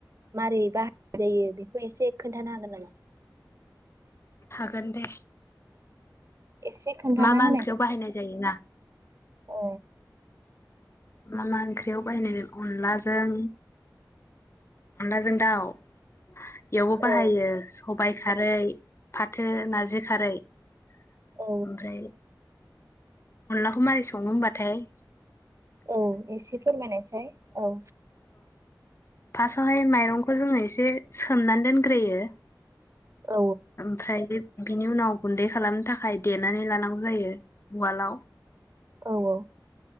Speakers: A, on the right; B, on the left.
A: मारै बाहायनाय जायो बेखौ एसे खोन्थानो हागोन नामा?
B: हागोन दे।
A: एसे खोन्थाना
B: मा मा ओंख्रियाव बाहायनाय जायोना।
A: अ
B: मा मा ओंख्रियाव बायनाय अनलाजों अनलाजों दाउ बेयावबो बाहायो
A: औ
B: सबाय खारै फाथो नारजि खारै ओमफ्राय
A: औ
B: अनलाखौ मारै सावनो होनबाथाय?
A: औ एसे फोरमायनायसै औ।
B: फासावहाय माइरंखौ जोंङो एसे सोमनानै दोनग्रोयो।
A: औ
B: ओमफ्राय बेब बिनि उनाव गुन्दै खालामनो थाखाय देनानै लानांगौ जायो उवालाव।
A: औ औ।